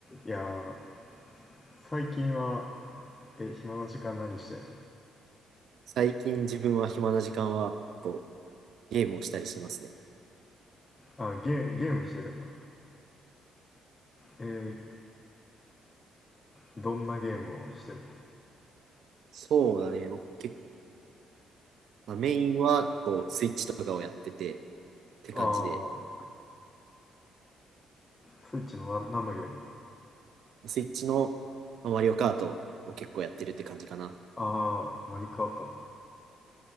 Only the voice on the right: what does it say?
最近自分は暇な時間はこうゲームをしたりしますね。
そうだね。結まあ、メインはこうスイッチとかをやっててって感じで、
スイッチのまあマリオカートを結構やってるって感じかな。